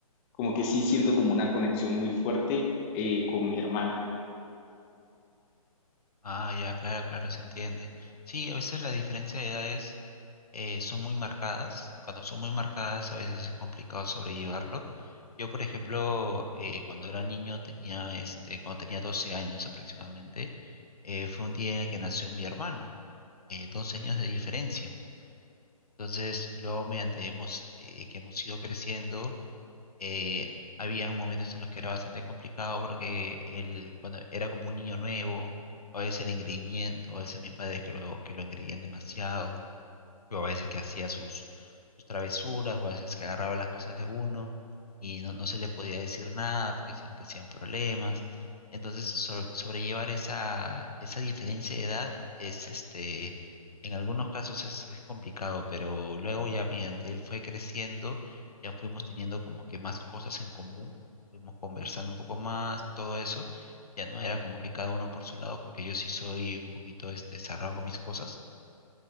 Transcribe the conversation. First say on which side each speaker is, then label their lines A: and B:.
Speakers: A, on the left; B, on the left.
A: como que sí siento como una conexión muy fuerte eh, con mi hermana.
B: Ah, ya, claro, claro, se entiende. Sí, a veces la diferencia de edades eh, son muy marcadas. Cuando son muy marcadas, a veces es complicado sobrellevarlo. Yo, por ejemplo, eh, cuando era niño, tenía este, cuando tenía 12 años aproximadamente, eh, fue un día en el que nació mi hermano, eh, 12 años de diferencia. Entonces, luego, mediante hemos, eh, que hemos ido creciendo, eh, había momentos en los que era bastante complicado porque él, cuando era como un niño nuevo, a veces era engreimiento, a veces mis padres que lo, que lo engreían demasiado yo a veces que hacía sus, sus travesuras, o a veces que agarraba las cosas de uno y no, no se le podía decir nada porque si no te hacían problemas. Entonces, sobre- sobrellevar esa, esa diferencia de edad es, este, en algunos casos es, es complicado, pero luego ya mediante él fue creciendo, ya fuimos teniendo como que más cosas en común, fuimos conversando un poco más, todo eso. Ya no era como que cada uno por su lado, porque yo sí soy un poquito, este, cerrado con mis cosas